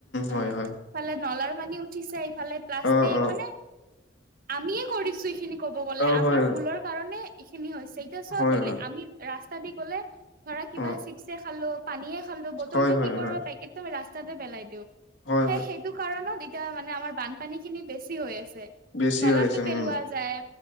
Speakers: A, on the right; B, on the left.
A: উম।
B: হয়
A: ইফালে
B: হয়
A: নলাৰ পানী উঠিছে, ইফালে প্লাষ্টিক
B: অ অ
A: মানে আমিয়ে কৰিছো এইখিনি কব গলে,
B: অ
A: আমাৰ
B: হয়
A: ভুলৰ কাৰণে এইখিনি হৈছে এতিয়া চোৱা
B: হয়
A: বেলেগ
B: হয়
A: আমি ৰাস্তা দি গ'লে, ধৰা কিবা
B: অ
A: চিপছে খালো, পানীয়ে খালো বটলটো
B: হয় হয়
A: কি কৰো
B: হয়
A: পেকেট টো ৰাস্তাতে পেলাই দিও,
B: হয়
A: সেই
B: হয়
A: সেইটো কাৰণত এতিয়া মানে আমাৰ বান পানীখিনি বেছি হৈ আছে,
B: বেছি
A: নলাটো
B: হৈ আছে
A: পেলোৱা
B: উম
A: যায়,